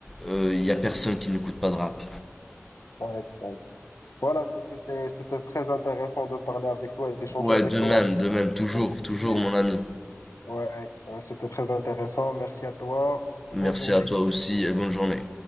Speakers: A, in the centre; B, on the left (about 85°).
A: euh, il y a personne qui n'écoute pas de rap.
B: ouais, ouais. Voilà, c'est- c'est- c'est- c'était très intéressant de parler avec toi et d'échanger
A: Ouais,
B: avec
A: de
B: toi
A: même, de même, toujours,
B: sur ce sujet.
A: toujours mon ami.
B: Ouais, ouais, c'était très intéressant. Merci à toi et
A: Merci
B: bonne journée.
A: à toi aussi et bonne journée.